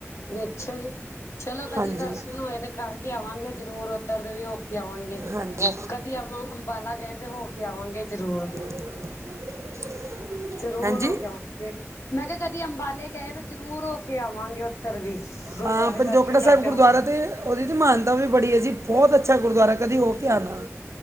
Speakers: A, on the left; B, on the right.
A: ਅੱਛਾ ਜੀ। ਚਲੋ ਕਦੀ
B: ਹਾਂਜੀ
A: ਦਰਸ਼ਨ ਹੋਏ ਤੇ ਕਰਕੇ ਆਵਾਂਗੇ ਜ਼ਰੂਰ ਉੱਧਰ ਦੇ ਵੀ ਹੋ ਕੇ ਆਵਾਂਗੇ ਕ
B: ਹਾਂਜੀ
A: ਕਦੀ ਆਵਾਂ ਅੰਬਾਲਾ ਗਏ ਤੇ ਹੋ ਕੇ ਆਵਾਂਗੇ ਜ਼ਰੂਰ।
B: <inaudible>
A: ਜ਼ਰੂਰ
B: ਹਾਂਜੀ
A: ਹੋ ਕੇ ਆਵਾਂਗੇ ਦੇ, ਮੈਂ ਕਿਹਾ ਕਦੀ ਅੰਬਾਲੇ ਗਏ ਤੇ ਜ਼ਰੂਰ ਹੋ ਕੇ ਆਵਾਂਗੇ ਉੱਤਰ ਵੀ। ਗੁਰਦੁਆਰੇ
B: ਹਾਂ ਪੰਜੋਕੜਾ
A: ਦਰਸ਼ਨ
B: ਸਾਹਿਬ
A: ਕਰਕੇ
B: ਗੁਰਦੁਆਰਾ
A: ਆਵਾਂਗੇ
B: 'ਤੇ ਉਹਦੀ ਦੀ ਮਹਾਨਤਾ ਵੀ ਬੜੀ ਹੈ ਜੀ ਬਹੋਤ ਅੱਛਾ ਗੁਰਦੁਆਰਾ ਕਦੇ ਹੋ ਕੇ ਆ ਨਾ।